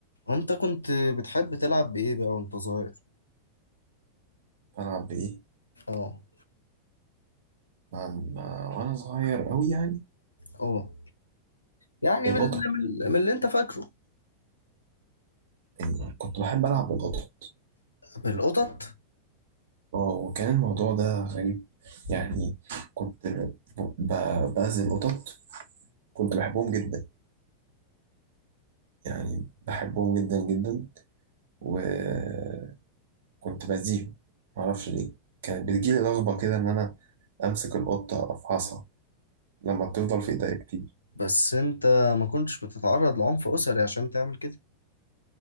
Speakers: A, on the left; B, on the right.
A: وانت كنت بتحب تلعب بايه بقى وانت صغير
B: ألعب بإيه؟
A: اه
B: مع مع- وأنا صغير أوي يعني
A: اه يعني
B: القطط
A: من اللي- من اللي- من اللي انت فاكره
B: يعني كنت بحب ألعب بالقطط
A: بالقطط
B: اه وكان الموضوع ده غريب يعني كنت ب- ب- بأذي القطط كنت بحبهم جدا يعني بحبهم جدا جدا وكنت بأذيهم معرفش ليه كانت بتجيلي رغبة كده إن أنا أمسك القطة أفحصها لما بتفضل في إيديا كتير
A: بس انت ما كنتش بتتعرض لعنف اسري عشان تعمل كده